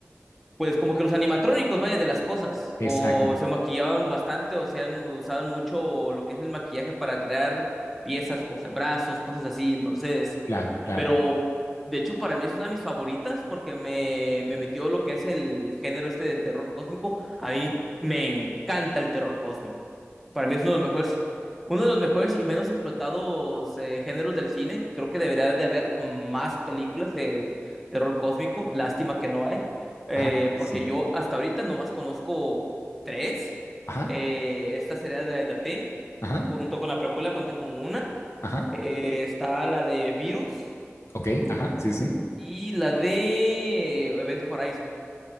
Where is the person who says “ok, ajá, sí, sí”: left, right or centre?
Left